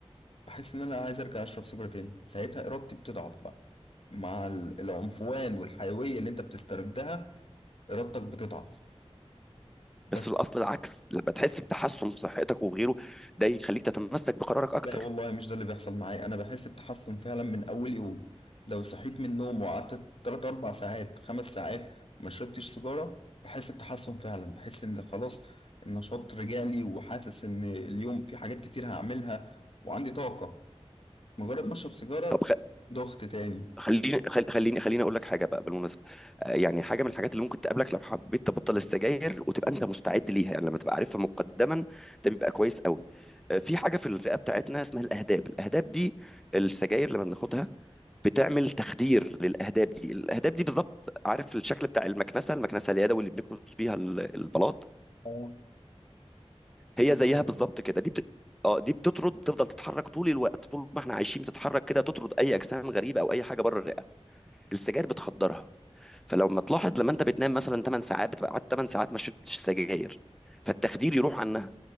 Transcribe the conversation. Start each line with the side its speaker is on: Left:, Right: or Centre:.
Left: بحس إن أنا عايز أرجع أشرب سيجارة تاني ساعتها إرادتي بتضعف بقى مع ال- العنفوان والحيوية اللي أنت بتستردها إرادتك بتضعف بس
Centre: بس الاصل العكس لما تحس بتحسن في صحتك وفي غيره ده يخليك تتمسك بقرارك اكتر
Left: لا والله مش ده اللي بيحصل معايا انا بحس بتحسن فعلا من اول يوم لو صحيت من النوم وقعدت 3 4 ساعات 5 ساعات ما شربتش سيجارة بحس بتحسن فعلا بحس ان خلاص النشاط رجع لي وحاسس ان اليوم في حاجات كتير هعملها وعندي طاقة مجرد ما اشرب سيجارة
Centre: طب خ-
Left: ضغط تاني
Centre: خليني خل- خليني خليني اقول لك حاجه بقى بالمناسبه آه، يعني حاجه من الحاجات اللي ممكن تقابلك لو حبيت تبطل السجاير وتبقى انت مستعد ليها يعني لما تبقى عارفها مقدما ده بيبقى كويس قوي آه، في حاجه في الرئه بتاعتنا اسمها الاهداب الاهداب دي السجاير لما بناخدها بتعمل تخدير للاهداب دي الاهداب دي بالظبط عارف الشكل بتاع المكنسه المكنسه اليدوي اللي بنكنس بيها ال- البلاط
Left: اه
Centre: هي
Left: زي
Centre: زيها
Left: ما أنا
Centre: بالظبط
Left: كده
Centre: كده دي بت... اه دي بتطرد بتفضل تتحرك طول الوقت طول ما احنا عايشين بتتحرك كده تطرد اي اجسام غريبه او اي حاجه بره الرئه السجاير بتخدرها فلما تلاحظ لما انت بتنام مثلا 8 ساعات بتبقى قعدت 8 ساعات ما شربتش سجاير فالتخدير يروح عنها